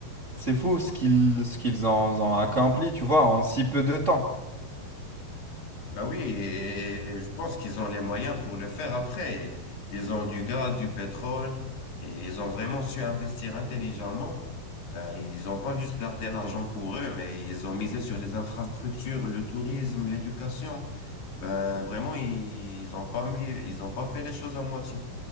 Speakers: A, on the right; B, on the left.
A: c'est fou ce qu'ils ce qu'ils ont, ont accompli tu vois en si peu de temps.
B: Ben oui, et je pense qu'ils ont les moyens pour le faire après. Ils ont du gaz, du pétrole, et ils ont vraiment su investir intelligemment. Ben, ils n'ont pas juste gardé l'argent pour eux, mais ils ont misé sur les infrastructures, le tourisme, l'éducation. Ben, vraiment, ils n'ont pas mis, ils ont pas fait les choses à moitié.